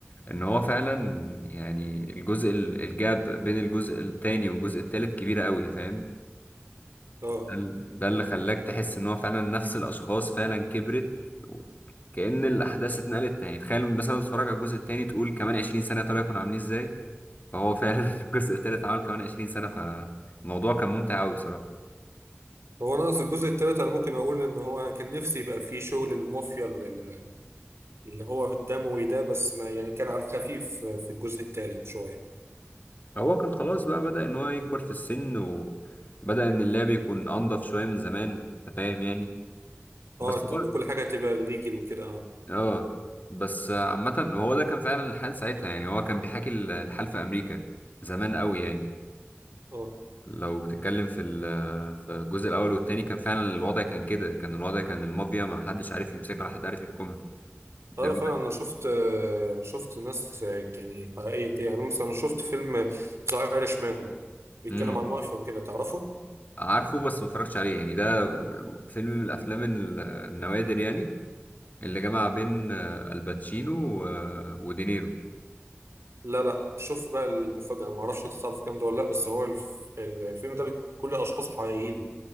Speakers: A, on the left (about 40°); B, on the right (about 80°).
A: إن هو فعلا يعني الجزء ال- الجاب بين الجزء التاني والجزء التالت كبيرة قوي فاهم؟
B: اه
A: ده ال- ده اللي خلاك تحس ان هو فعلا نفس الاشخاص فعلا كبرت و- كأن الاحداث اتنقلت يعني تخيل مثلا تتفرج على الجزء التاني تقول كمان 20 سنة طلعوا يكونوا عاملين ازاي فهو فعلا <laughs> الجزء التالت عمل كمان 20 سنة فالموضوع كان ممتع قوي بصراحة
B: هو انا في الجزء الثالث انا ممكن اقول ان هو انا كان نفسي يبقى فيه شغل المافيا ال- اللي هو الدموي ده بس ما يعني كان على الخفيف في الجزء الثالث شويه
A: هو كان خلاص بقى بدأ ان هو يكبر في السن وبدأ ان اللعب يكون انضف شوية من زمان انت فاهم يعني
B: اه
A: بس
B: ان
A: هو
B: كل حاجه تبقى ليجل وكده اه
A: اه بس عامة هو ده كان فعلا الحال ساعتها يعني هو كان بيحكي ال- الحال في امريكا زمان قوي يعني
B: اه
A: لو بتتكلم في ال- في الجزء الاول والتاني كان فعلا الوضع كان كده كان الوضع كان المافيا ما حدش عارف يمسكها ولا حد عارف يحكمها دلوقتي
B: اه فعلا انا شفت آه، شفت ناس آه، يعني حقيقيه كتير يعني مثلا انا شفت فيلم ذا ايرش مان بيتكلم
A: امم
B: عن مافيا وكده تعرفه؟
A: عارفه بس ما اتفرجتش عليه يعني ده فيلم من الافلام ال- النوادر يعني اللي جمع بين آه، الباتشينو و- ودينيرو
B: لا لا شوف بقى المفاجاه انا ما اعرفش انت تعرف الكلام ده ولا لا بس هو الف- الفيلم ده بي- كل اشخاصه حقيقيين